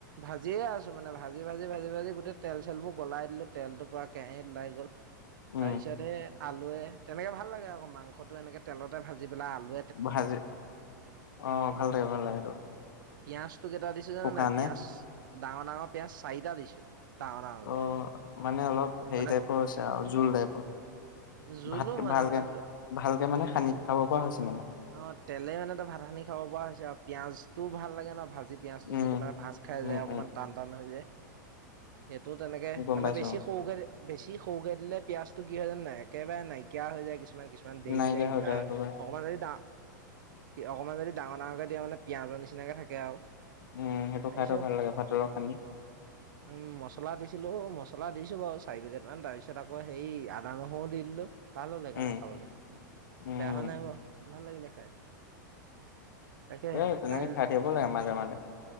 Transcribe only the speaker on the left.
উম
ভাজি অ', ভাল লাগে, ভাল লাগে এইটো
শুকানে
অ মানে অলপ হেৰি
টাইপৰ আছে আৰু, জোল টাইপৰ।
ভাত-ভালকে,
ভালকে মানে সানি খাব পৰা হৈছে মানে
উম
উম,
উম,
গম
পাইছো
অ',
নাইকিয়া
হৈ
একেবাৰে
উম, সেইটো
খাইতো ভাল লাগে ভাতৰ লগত সানি।
উম,
উম,
এ তেনেকে
খাই থাকিব লাগে মাজে মাজে।